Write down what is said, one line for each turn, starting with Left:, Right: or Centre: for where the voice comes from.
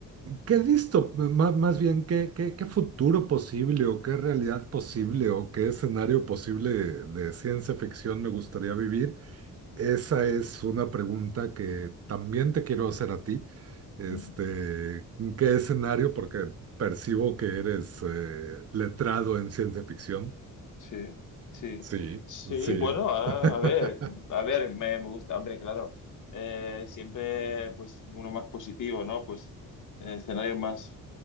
Right: ¿Qué disto, má- más bien, qué, qué, qué futuro posible o qué realidad posible o qué escenario posible de ciencia ficción me gustaría vivir? Esa es una pregunta que también te quiero hacer a ti. Este,
Left: Mm.
Right: ¿qué escenario? Porque percibo que eres eh, letrado en ciencia ficción.
Left: Sí, sí,
Right: Sí,
Left: sí,
Right: sí.
Left: bueno, a,
Right: <laughs>
Left: a ver, a ver, me, me gusta, hombre, claro, eh, siempre, pues, uno más positivo, ¿no? Pues, eh, escenarios más,